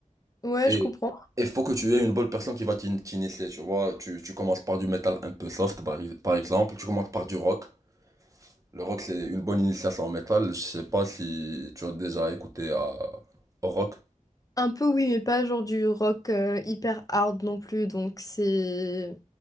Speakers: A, on the left (about 25°); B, on the right (about 25°).
A: Ouais,
B: Et
A: je comprends.
B: il faut que tu aies une bonne personne qui va t'in- t'initier, tu vois. Tu, tu commences par du métal un peu soft, par, ex- par exemple. Tu commences par du rock. Le rock, c'est une bonne initiation en métal. Je sais pas si tu as déjà écouté à, au rock.
A: Un peu oui, mais pas genre du rock euh, hyper hard non plus. Donc c'est...